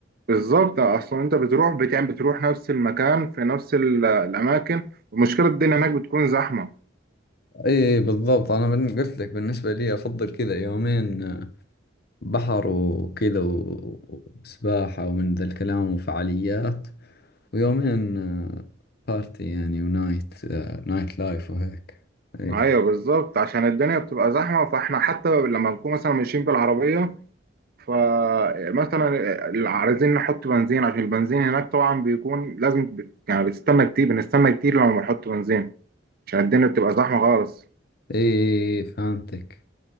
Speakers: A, on the right; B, on the left.
A: بالظبط اصلا انت بتروح بتعمل بتروح نفس المكان في نفس ال- الاماكن ومشكله الدنيا هناك بتكون زحمه
B: إي بالضبط أنا من قلت لك بالنسبة لي أفضل كذا يومين بحر وكذا و- وسباحة ومن ذا الكلام وفعاليات ويومين آه، بارتي يعني ونايت آه، نايت لايف وهيك إي
A: ايوه
B: ف-
A: بالظبط عشان الدنيا بتبقى زحمه فاحنا حتى لما نكون مثلا ماشيين بالعربيه فمثلا عايزين نحط بنزين عشان البنزين هناك طبعا بيكون لازم بت... يعني بتستنى كتير بنستنى كتير لما بنحط بنزين عشان الدنيا بتبقى زحمه خالص
B: إي فهمتك